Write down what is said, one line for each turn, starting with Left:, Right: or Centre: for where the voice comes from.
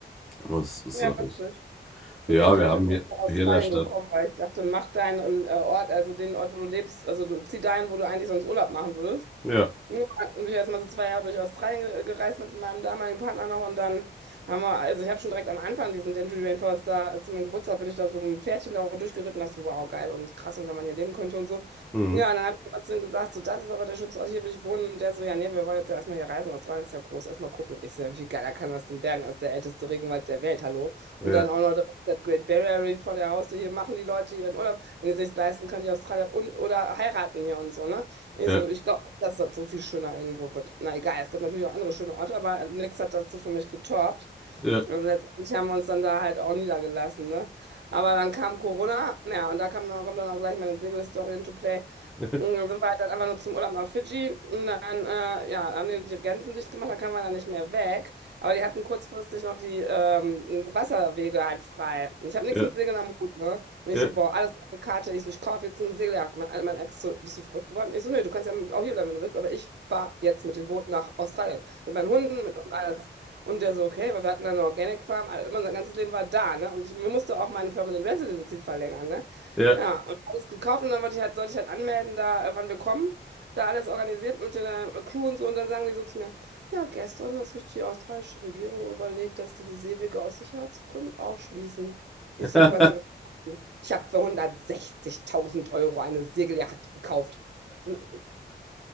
Centre: Das ist
Right: Ja,
Centre: doch
Right: witzig.
Centre: nicht. Ja,
Right: So bin ich
Centre: wir
Right: auch
Centre: haben
Right: tatsächlich
Centre: hier,
Right: nach Australien
Centre: hier in der Stadt.
Right: gekommen, weil ich dachte, mach deinen äh, Ort, also den Ort, wo du lebst, also du zieh dahin, wo du eigentlich sonst Urlaub machen würdest.
Centre: Ja.
Right: Ja, ich bin ich erstmal so zwei Jahre durch Australien ge- gereist mit meinem damaligen Partner noch und dann haben wir, also ich habe schon direkt am Anfang diesen Denali Rainforest da, als meinem Geburtstag bin ich da so mit einem Pferdchen da durchgeritten, dachte so, wow, geil und krass und wenn man hier leben könnte und so.
Centre: Mhm.
Right: Ja, und dann habe ich trotzdem gesagt, so, das ist aber der schönste Ort, hier will ich wohnen und der so, ja, nee, wir wollen jetzt ja erstmal hier reisen, Australien ist ja groß, erstmal gucken. Ich so, ja, wie geiler kann das denn werden, das ist der älteste Regenwald der Welt, hallo.
Centre: Ja,
Right: Und dann auch noch direkt das Great Barrier Reef vor der Haustür, hier machen die Leute ihren Urlaub, wenn die sich leisten können, die Australier und oder heiraten hier und so, ne? Ich
Centre: ja,
Right: so, ich glaube nicht, dass das so viel schöner irgendwo wird. Na egal, es gibt natürlich auch andere schöne Orte, aber nichts hat dazu für mich getoppt.
Centre: ja,
Right: Und letztendlich haben wir uns dann da halt auch niedergelassen, ne? Aber dann kam Corona, ja, und da kam dann, kommt dann auch gleich meine Segel-Story into play.
Centre: <laughs>
Right: Und dann sind wir halt dann einfach nur zum Urlaub nach Fidschi und dann, äh, ja, haben die die Grenzen dicht gemacht, dann kamen wir da nicht mehr weg. Aber die hatten kurzfristig noch die ähm, Wasserwege halt frei. Und ich habe nichts
Centre: ja,
Right: mit Segeln am Hut, ne? Und
Centre: ja,
Right: ich so, boah, alles auf eine Karte. Ich so, ich kaufe jetzt ein Segeljagd. Mein, mein Ex so, bist du verrückt geworden? Ich so, nee, du kannst ja auch hier bleiben, wenn du willst, aber ich fahre jetzt mit dem Boot nach Australien. Mit meinen Hunden, mit und alles. Und der so, okay, weil wir hatten dann eine Organic Farm, also immer unser ganzes Leben war da, ne? Und ich mir musste auch meine Permanent Residency verlängern, ne?
Centre: ja.
Right: Ja, und alles gekauft und dann wollte ich halt, sollte ich halt anmelden, da, äh, wann wir kommen. Da alles organisiert mit der äh, Crew und so. Und dann sagen die so zu mir, ja, gestern hat sich die australische Regierung überlegt, dass die die Seewege aus Sicherheitsgründen auch schließen. Ich
Centre: <laughs>
Right: so, wollen Sie mich verarschen? Ich habe für 160.000 Euro eine Segeljacht gekauft. Hm,